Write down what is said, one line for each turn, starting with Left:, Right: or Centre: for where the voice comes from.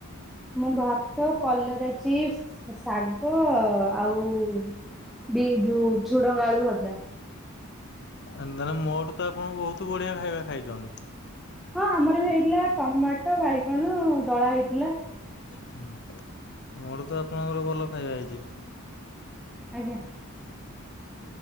Centre: ମୁଁ ଭାତ, କଲରା ଚିପ୍ସ, ଶାଗ ଆଉ ବି ଯୋଉ ଝୁଡଙ୍ଗ ଆଳୁ ଭଜା।
Left: ଆ ମୋଠୁ ତ ଆପଣ ବହୁତ ବଢିଆ ଖାଇବା ଖାଇଚନ୍ତି।
Centre: ହଁ ଆମର ବି ହେଇଥିଲା ଟମାଟ ବାଇଗଣ ଦଳା ହେଇଥିଲା।
Left: ହୁଁ, ମୋଠୁ ତ ଆପଣଙ୍କର ଭଲ ଖାଇବା ହେଇଚି।
Centre: ଆଜ୍ଞା।